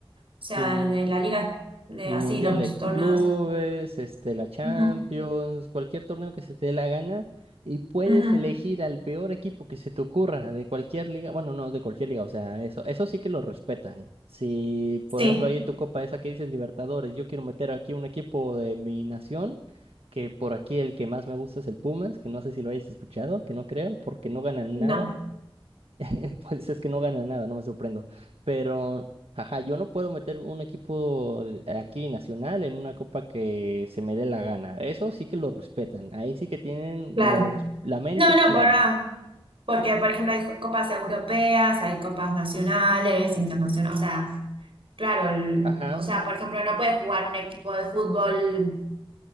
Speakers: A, on the right (about 70°); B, on the right (about 80°).
A: sea,
B: mm,
A: de la liga, de
B: El
A: así,
B: Mundial
A: los
B: de
A: torneos.
B: Clubes, este, la Champions,
A: Ujú,
B: cualquier torneo que se te dé la gana y puedes
A: ujú.
B: elegir al peor equipo que se te ocurra de cualquier liga. Bueno, no de cualquier liga, o sea, eso, eso sí que lo respetan. Si,
A: Sí,
B: por ejemplo, ahí en tu copa esa que dices Libertadores, yo quiero meter aquí un equipo de mi nación, que por aquí el que más me gusta es el Pumas, que no sé si lo hayas escuchado, que no creo, porque no ganan
A: no,
B: nada. <laughs> Pues es que no gana nada, no me sorprendo. Pero, ajá, yo no puedo meter un equipo aquí nacional en una copa que se me dé la gana. Eso sí que lo respetan. Ahí sí que tienen
A: claro.
B: la, la mente
A: No, no,
B: clara.
A: por nada. Porque, por ejemplo, hay copas europeas, hay copas nacionales, internacionales, o sea. Claro, el-
B: Ajá,
A: o sea, por ejemplo, no puede jugar un equipo de fútbol